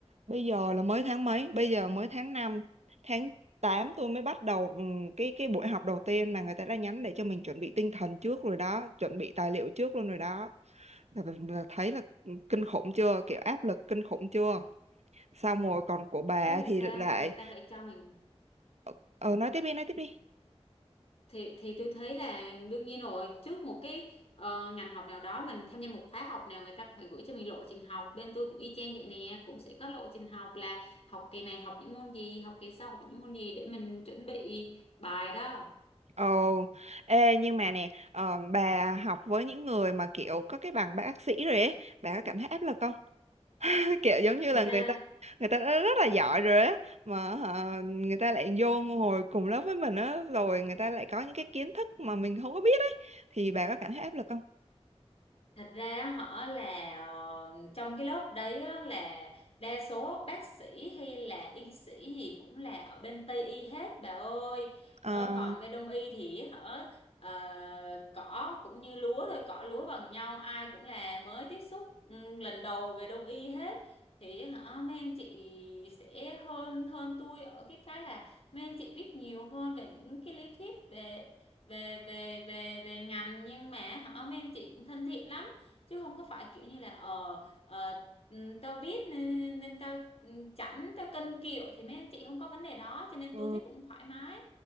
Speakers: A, on the right; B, on the left.
A: bây giờ là mới tháng mấy bây giờ mới tháng năm tháng tám tôi mới bắt đầu ừm, cái cái buổi học đầu tiên mà người ta đã nhắn để cho mình chuẩn bị tinh thần trước rồi đó, chuẩn bị tài liệu trước luôn rồi đó. Là, là thấy là ừ, kinh khủng chưa, kiểu áp lực kinh khủng chưa. Xong rồi còn của bà
B: chứ
A: thì
B: sao
A: lại
B: ấy, người ta phải cho mình
A: ờ ờ, nói tiếp đi nói tiếp đi
B: thì thì tôi thấy là đương nhiên rồi trước một cái ờ, ngành học nào đó mình tham gia một khóa học nào người ta cũng phải gửi cho mình lộ trình học bên tôi cũng y chang vậy nè cũng sẽ có lộ trình học là học kỳ này học những môn gì học kỳ sau học những môn gì để mình chuẩn bị bài đó
A: ồ ê nhưng mà nè ờ, bà học với những người mà kiểu có cái bằng bác sĩ rồi ấy bà có cảm thấy áp lực không kiểu giống như
B: thật
A: là
B: ra
A: người ta người ta đã rất là giỏi rồi á mà hả, người ta lại vô ngồi cùng lớp với mình á rồi người ta lại có những cái kiến thức mà mình không có biết ấy thì bà có cảm thấy áp lực không?
B: Thật ra họ là ờ, trong cái lớp đấy á, là đa số bác sĩ hay là y sĩ gì cũng là ở bên Tây y hết bà ơi.
A: Ờ.
B: Ờ, còn về Đông y thì họ ờ, cỏ cũng như lúa thôi, cỏ lúa bằng nhau ai cũng là mới tiếp xúc ừ, lần đầu về Đông y hết. Thì hả mấy anh chị sẽ hơn hơn tôi ở cái cái là mấy anh chị biết nhiều hơn về những cái lý thuyết về về về về về ngành nhưng mà họ mấy anh chị cũng thân thiện lắm chứ không có phải kiểu như là ờ ờ, ừ, tao biết nên, nên nên tao ừ, chảnh tao cân kiệu thì mấy anh chị không có vấn đề đó cho nên
A: Ừ.
B: tôi thấy cũng thoải mái